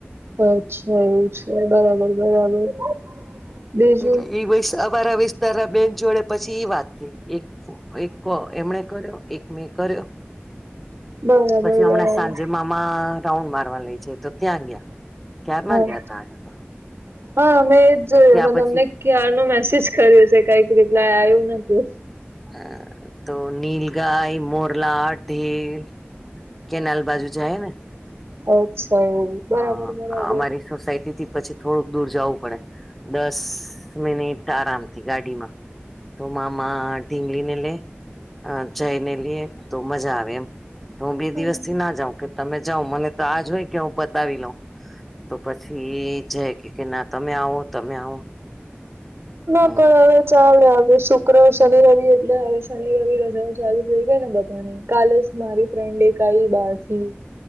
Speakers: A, on the right; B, in the centre.
A: અચ્છા એવુ છે બરાબર બરાબર. બીજું
B: એટલે ઈ અમારા વિસ્તાર ના બેન જોડે પછી ઈ વાત થઈ એક એક કો એમણે કર્યો એક મેં કર્યો.
A: બરાબર
B: પછી હમણાં
A: બરાબર
B: સાંજે મામા રાઉન્ડ મારવા લઈ જાય તો ત્યાં ગયા. ક્યાર
A: હા
B: ના ગ્યાતા તો આજે તો.
A: હા મેં એજ જોયું મે
B: પછી
A: તમને ક્યાર નો મેસેજ કર્યો છે કઈક રિપ્લાય આવ્યું નથી.
B: હમ તો નીલગાય, મોરલા, ઢેલ કેનાલ બાજુ જાયે ને.
A: અચ્છા એવુ બરાબર
B: હા
A: બરાબર
B: અમારી સોસાયટી થી પછી થોડુંક દૂર જાવું પડે. દસ મિનિટ આરામથી ગાડીમાં. તો મામા ઢીંગલી ને લે અ જઈને લે તો મજા આવે એમ હું બે
A: હમ
B: દિવસ થી ના જાઉં કે તમે જાઉ મને તો આજ હોય કે હ પ બતાવી લઉ તો પછી જય કે ના તમે આવો તમે આવો
A: ના
B: હમ
A: પણ હવે ચાલે આવે શું શુક્ર, શનિ, રવિ એટલે હવે શનિ રવિ રજાઓ ચાલુ થઈ ગાય ને બધાની કાલે જ મારી ફ્રેન્ડ એક આઈ બારથી